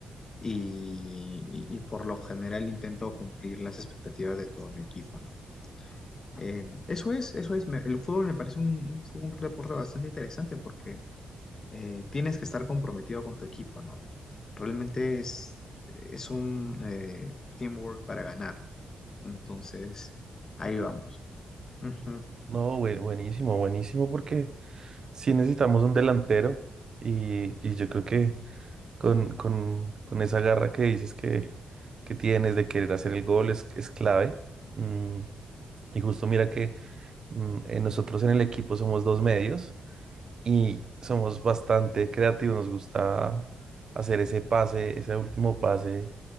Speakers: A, on the left; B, on the right.
A: y, y- y por lo general intento cumplir las expectativas de todo mi equipo, ¿no? Eh, eso es, eso es, me- el fútbol me parece un, un, fu- un deporte bastante interesante porque eh, tienes que estar comprometido con tu equipo, ¿no? Realmente es, es un eh, teamwork para ganar, entonces ahí vamos. Ujú.
B: No, bue- buenísimo, buenísimo, porque sí necesitamos un delantero y, y yo creo que con, con- con esa garra que dices que, que tienes de querer hacer el gol es, es clave. Mm, y justo mira que Mm, eh, nosotros en el equipo somos dos medios y somos bastante creativos. Nos gusta hacer ese pase, ese último pase